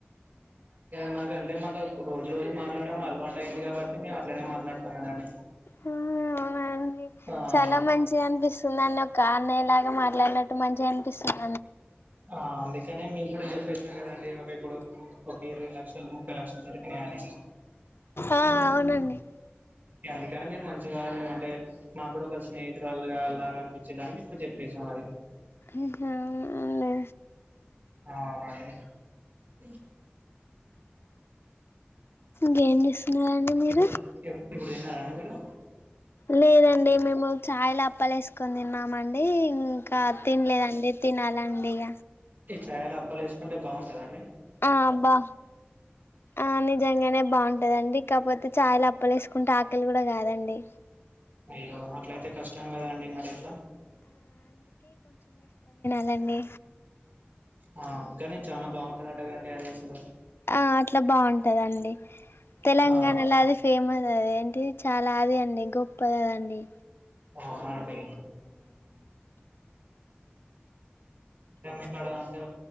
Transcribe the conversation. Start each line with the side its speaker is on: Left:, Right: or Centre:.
Right: మాక అంటే మాకు రోజు రోజు మాట్లాడడం అలవాటు అయింది కాబట్టి మేము అట్లనే మాట్లాడుతాం కదండి
Left: అవునండి
Right: ఆ
Left: చాలా మంచిగా అనిపిస్తున్నా నాకు కాణ ఇలాగా మాట్లాడినట్టు మంచిగా అనిపిస్తుంది
Right: ఆ అందుకనే మీ కూడా చెప్పేసినం కదండి ఒక ఇప్పుడు ఒక ఇరవై లక్షలు ముప్పై లక్షలు జరిగినాయిడి
Left: ఆ అవునండి
Right: అందుకని మీరు మంచిగా అంటే మాకు కూడా ఒక స్నేహితురాళగాలాగా అనిపించేలనికు చెప్పేసాం అది
Left: అహా ఎమ్ లే
Right: అ అవునండి అ
Left: గే ని నండి మీరు
Right: ఇప్పుడు ఇప్పుడు తిన్నారాండి మీరు
Left: లేదండి మేము చాయల అప్పలేసుకో కొని తిన్నామండి ఇంకా తినలేదండి తినాలండి ఇగ
Right: చాయల అప్పాలు వేసుకుంటే బాగుంటుందా అండి
Left: ఆబ్బా ఆ నిజంగానే బాగుంటు ఉంటదండి ఇ కాకపోతే చాయలు అప్పలే వేసుకుంటే ఆకలి కూడా కాదండి
Right: అయ్యో అట్ల అయితే కష్టం కదండి మరి ఎట్లా
Left: లాండి
Right: ఆ కాని చాలా బాగుంటాడుట గాండి అది అసలు
Left: ఆ అట్లా బాగుంటదండి తెలంగాణలా
Right: ఆ
Left: అది ఫేమస్ అదేంటి ది చాలా అది అండి గొప్పదదండి
Right: అవునా అండి ఇక్కడ అంటే